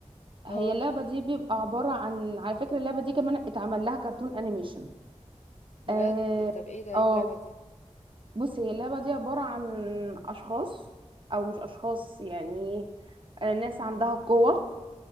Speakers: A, on the right (about 45°); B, on the left (about 70°).
A: هي
B: اه
A: اللعبة دي بيبقى عبارة عن على فكرة اللعبة دي كمان اتعمل لها كرتون انيميشن
B: بجد
A: اه
B: طب ايه ده ايه
A: آه،
B: اللعبة دي
A: بص هي اللعبة دي عبارة عن أشخاص أو مش أشخاص يعني آه، ناس عندها قوة